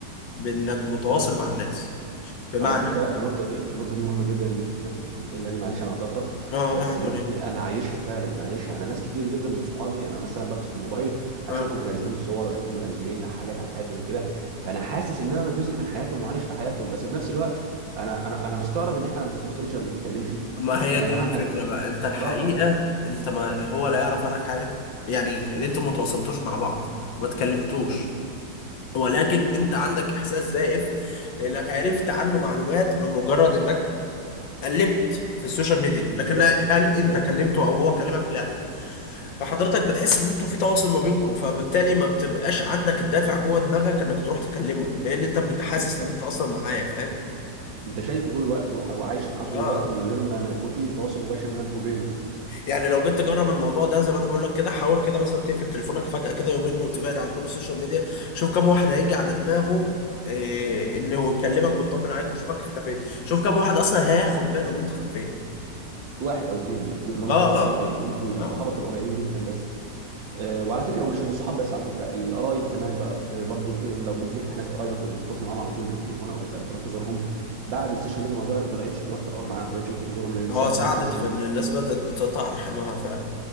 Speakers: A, on the left (about 80°); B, on the right (about 75°).
A: بانك متواصل مع الناس بمعنى
B: على فكره النقطه دي النقطه دي مهمه جدا ان انت لسه بت- بتقولها دي معلش انا قطعتك
A: اه
B: بس
A: لا حد
B: النقطه
A: ولا إيه.
B: دي انا عايشها فعلا انا عايشها انا ناس كتير جدا من صحابي انا مثلا بمسك الموبايل اشوفهم
A: اه
B: منزلين صور اشوفهم منزلين حاجات عن حياتهم وكده فانا حاسس ان انا جزء من حياتهم وعايش في حياتهم بس في نفس الوقت انا انا انا مستغرب ان احنا ما بنتواصلش ما بنتكلمش
A: ما هي
B: احنا
A: دي
B: يا جماعه
A: الفكرة
B: احنا
A: بقى انت الحقيقة
B: اه
A: انت ما هو لا يعرف عنك حاجة يعني انت ما تواصلتوش مع بعض ما تكلمتوش ولكن انت عندك احساس زائف لانك عرفت عنه معلومات من مجرد انك قلبت في السوشيال ميديا لكن
B: بالظبط
A: لا- هل
B: بالظبط
A: انت كلمته او هو كلمك لا فحضرتك بتحس ان انتوا في تواصل ما بينكم فبالتالي ما بتبقاش عندك الدافع جوه دماغك انك تروح تكلمه لان انت بتحسس
B: بالظبط
A: ان انت اصلا معاه فاهم
B: انت شايفه طول الوقت وح- وعايش معاه طول
A: اه
B: الوقت
A: اه
B: من غير ما ما يكون في تواصل مباشر بينك وبينه
A: يعني لو جيت تجرب الموضوع ده زي ما انا بقول لك كده حاول كده مثلا تقفل تليفونك فجأة كده يومين وتبعد عن كل السوشيال ميديا شوف كم واحد هيجي على دماغه إيه انه يكلمك ويطمن عليك ويشوفك اختفيت شوف كم واحد اصلا هياخد باله ان انت اختفيت
B: فواحد او اتنين بالكتير اللي هم
A: اه
B: صحابك
A: اه
B: القريبين قوي
A: اه
B: صحابك القريبين جدا بس آه وعلى فكره ومش الصحاب بس على فكره القرايب كمان بقى بت برضه في لو ملك ناس قرايبك كنت بتتواصل معاهم على طول بالتليفون او بت... بتروح تزورهم بعد السوشيال ميديا ما ظهرت ما بقتش تروح تقعد معاهم ما بقتش تروح تزورهم لأن-
A: اه
B: بسبب
A: ساعدت
B: برضه نفس
A: في
B: ال...
A: ان الناس بدأت بتقطع رحمها فعلا